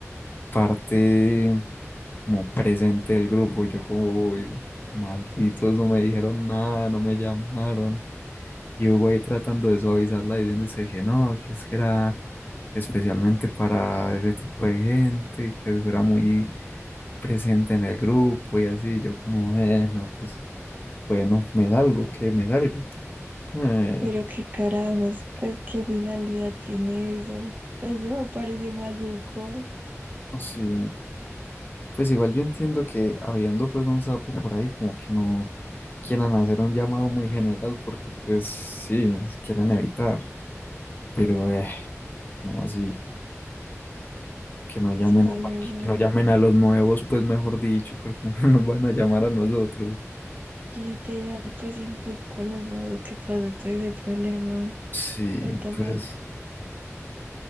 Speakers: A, on the left (about 40°); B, on the right (about 35°).
A: parte, como presente del grupo. Y Yo como, "Uy, malditos, no me dijeron nada, no me llamaron. Y yo voy tratando de suavizarla diciendo es que, que no, que es que era especialmente para ese tipo de gente, que si fuera muy presente en el grupo y así. Yo como, eh, no, pues bueno, me salgo, que me salgo. Eh,
B: Pero qué carajos, pues qué finalidad tiene eso. Eso me parece maluco.
A: no, sí. Pues igual yo entiendo que habiendo pues un sapo por ahí, como que no quieran hacer un llamado muy general porque pues sí, quieren evitar. Pero eh, como así, que no llamen
B: Sí,
A: a, cualqui-
B: no sé.
A: que no llamen a los nuevos, pues mejor dicho, pero como <laughs> no nos van a llamar a nosotros.
B: Literal, pues sí fue con los nuevos que pasó todo ese problema.
A: Sí,
B: What the
A: pues
B: fuck,